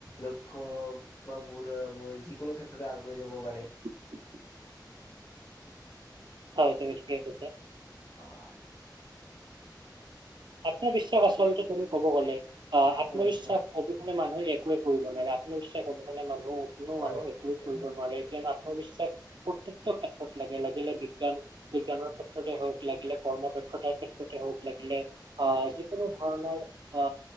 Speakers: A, on the left (about 45°); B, on the right (about 80°).
A: লক্ষ্য হওক বা <unintelligible> যিকোনো ক্ষেত্ৰতে আগুৱাই যাব পাৰে।
B: <inaudible> হয় তুমি ঠিকেই কৈছা।
A: অ'।
B: আত্মবিশ্বাস আচলতে তুমি ক'ব গলে আ আত্মবিশ্বাস
A: উম হয়
B: অবিহনে মানহূৰ এক একোৱে কৰিব নোৱাৰে আত্ম বিশ্বাস অবিহনে মানহূ কোনো
A: হয়
B: মানহূ একোয়ে
A: সেইটো
B: কৰিব
A: হয়
B: নোৱাৰে। <unintelligible> ভৱিষ্যত প্ৰট্টীতো ক্ষেত্ৰত লাগে লাগিলে বিজ্ঞান বিজ্ঞানৰ ক্ষেত্ৰতে হওক, লাগিলে কৰ্ম দক্ষতাৰ ক্ষেত্ৰতে হওক, লাগিলে আ যিকোনো ধৰণৰ আ